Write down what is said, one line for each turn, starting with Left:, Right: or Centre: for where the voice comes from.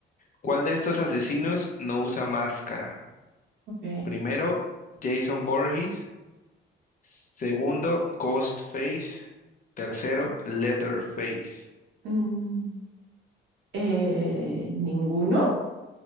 Left: ¿Cuál de estos asesinos no usa máscara?
Right: Ok.
Left: Primero, Jason Voorhees. Segundo, Ghostface. Tercero, Leatherface.
Right: Mm, eh, ¿ninguno?